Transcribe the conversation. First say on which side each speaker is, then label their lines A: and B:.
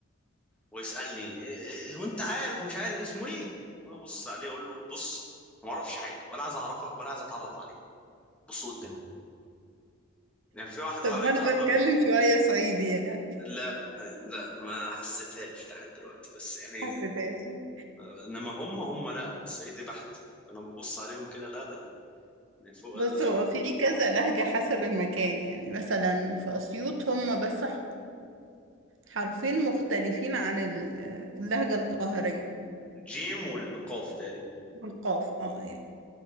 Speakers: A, in the centre; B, on the right.
A: ويسالني إيه إيه وانت عارف مش عارف اسمه ايه ابص عليه اقول له بص ما اعرفش حاجه ولا عايز اعرفك ولا عايز اتعرف عليك بص قدام يعني في واحد
B: طب
A: حاول
B: ما
A: يتقرب
B: انا بتكلم شوية صعيدي يعني
A: لا لا ما حسيتهاش لحد دلوقتي بس يعني
B: حسداسي
A: آه، انما هم هم لا صعيدي بحت انا ببص عليهم كده لا لا يعني فوق
B: بص
A: لازم
B: هو في كذا لهجة حسب المكان يعني مثلا في أسيوط هم بس ح- حرفين مختلفين عن ال- اللهجة القاهرية
A: الجيم والقاف تقريبا
B: بالقاف اه يعني